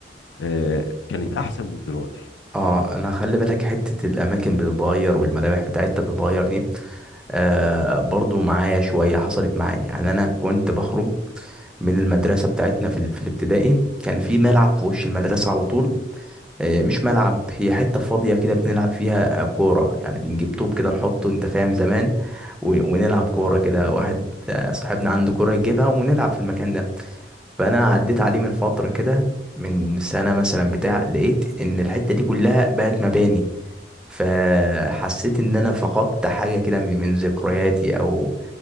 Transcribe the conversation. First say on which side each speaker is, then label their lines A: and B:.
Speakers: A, on the left; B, in the centre.
A: آه، كانت أحسن من دلوقتي
B: اه انا خلي بالك حتة الاماكن بتتغير والملامح بتاعتها بتتغير دي آه برضو معايا شوية حصلت معايا يعني انا كنت بخرج من المدرسة بتاعتنا في, ال- في الابتدائي كان في ملعب في وش المدرسة على طول آه، مش ملعب هي حتة فاضية كده بنلعب فيها آه، كورة يعني بنجيب طوب كده نحطه انت فاهم زمان و- ونلعب كورة كده واحد آه، صاحبنا عنده كورة يجيبها ونلعب في المكان ده فأنا عديت عليه من فترة كده من سنة مثلا بتاع لقيت إن الحتة دي كلها بقت مباني فحسيت ان انا فقدت حاجة كده من من ذكرياتي او